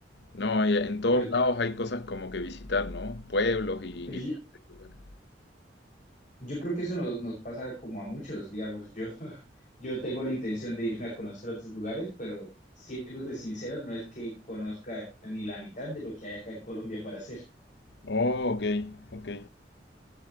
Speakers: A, on the left; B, on the left.
A: no, y en todos
B: pero,
A: lados hay cosas como que visitar, ¿no? Pueblos y
B: pero
A: diferentes
B: yo,
A: lugares.
B: Yo creo que eso nos, nos pasa como a muchos, digamos, yo, <laughs> yo tengo la intención de irme a conocer otros lugares, pero siéndote sincero, no es que conozca ni la mitad de lo que hay acá en Colombia para hacer.
A: Oh, ok, ok.